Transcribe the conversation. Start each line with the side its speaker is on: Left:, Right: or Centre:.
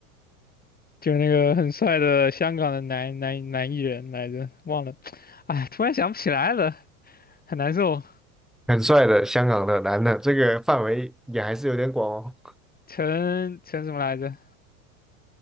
Left: 就那个很帅的香港的男男男艺人来着，忘了，哎，突然想不起来了，很难受。
Centre: 很帅的香港的男的，这个范围也还是有点广哦。
Left: 陈陈什么来着？